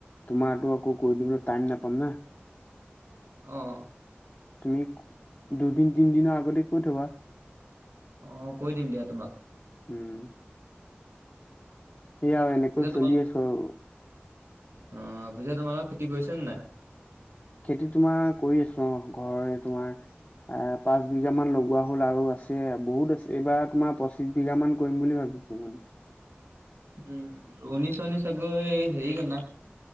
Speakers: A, on the left; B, on the right.
A: তোমাৰো আকৌ কৈ দিবলৈ টাইম নাপাম না
B: আহ
A: তুমি দুদিন তিনিদিনৰ আগতে কৈ থবা
B: অ কৈ দিম দিয়া তোমাক
A: উম সেয়া এনেকৈ
B: পিছে তোমাল
A: চলিয়ে আছোওঁ।
B: অ পিছে তোমালোকৰ খেতি কৰিছে নাই?
A: খেতি তোমাৰ কৰি আছো অ ঘৰৰে তোমাৰ এ পাঁচ বিঘা মান লগোৱা হ'ল আৰু আছে বহুত আছে এইবাৰ তোমাৰ পঁচিছ বিঘা মান কৰিম বুলি ভাবি। মানে
B: উম উঊনৈশ উছ একৈ হেৰি ক